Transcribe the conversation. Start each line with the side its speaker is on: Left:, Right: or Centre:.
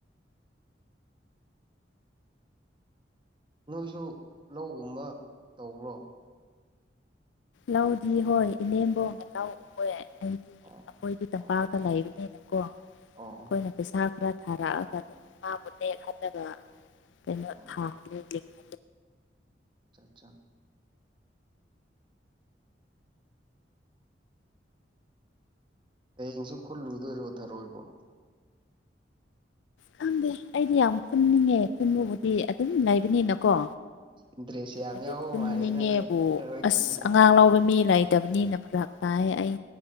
Right: ꯅꯣꯏꯁꯨ ꯂꯧꯒꯨꯝꯕ ꯇꯧꯕ꯭ꯔꯣ
Left: ꯂꯧꯗꯤ ꯍꯣꯏ ꯏꯅꯦꯝꯕꯣꯛꯅ ꯂꯧ ꯎꯋꯦ ꯑꯩꯗꯤ
Right: ꯑꯣ
Left: ꯑꯩꯈꯣꯏꯗꯤ ꯇꯝꯄꯥꯛꯇ
Right: ꯑꯣ
Left: ꯂꯩꯕꯅꯤꯅꯀꯣ ꯑꯩꯈꯣꯏꯅ
Right: ꯑꯣ
Left: ꯄꯩꯁꯥ ꯈꯔ ꯊꯥꯔꯛꯑꯒ ꯑꯗꯨꯝ ꯃꯥꯕꯨ ꯅꯦꯛꯍꯜꯂꯒ ꯀꯩꯅꯣ
Right: ꯑꯣ
Left: ꯊꯥ <unintelligible>
Right: ꯆꯜ ꯆꯪ ꯍꯌꯦꯡꯁꯨ ꯈꯨꯜꯂꯨꯗꯣꯏꯔꯣ ꯊꯔꯣꯏꯕꯣ
Left: ꯈꯪꯗꯦ ꯑꯩꯗꯤ ꯌꯥꯝ ꯈꯨꯟꯅꯤꯡꯉꯦ ꯈꯨꯟꯕꯕꯨꯗꯤ ꯑꯗꯨꯝ ꯂꯩꯕꯅꯤꯅꯀꯣ
Right: ꯏꯟꯇꯔꯦꯁ ꯌꯥꯝ
Left: ꯑꯗꯨ
Right: ꯌꯥꯎꯕ
Left: ꯈꯨꯟꯅꯤꯡꯉꯦꯕꯨ
Right: ꯃꯥꯜꯂꯦ ꯅꯪꯁꯦ ꯊꯔꯣꯏ
Left: ꯑꯁ
Right: ꯈꯨꯟꯕ
Left: ꯑꯉꯥꯡ ꯂꯧꯕ ꯃꯤ ꯂꯩꯇꯕꯅꯤꯅ ꯐꯔꯛ ꯇꯥꯏ ꯑꯩ